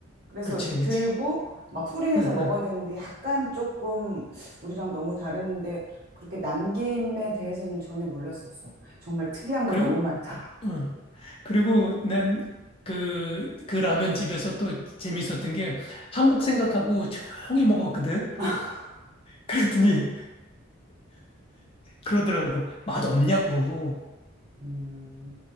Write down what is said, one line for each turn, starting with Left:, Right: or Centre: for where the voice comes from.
Right: 그래서
Left: 그치,
Right: 이렇게
Left: 그치.
Right: 들고 막 소리 내서
Left: 응,
Right: 먹어야
Left: 응.
Right: 되는데 약간 조금 우리랑 너무 다른데 그렇게 남김에 대해서는 전혀 몰랐었어. 정말 특이한
Left: 그리고,
Right: 거 너무 많다.
Left: 응. 그리고 난 그, 그 라면 집에서 또 재밌었던 게 한국 생각하고 조용히 먹었거든.
Right: <laughs>
Left: <laughs> 그랬더니 그러더라고. 맛 없냐고.
Right: 음,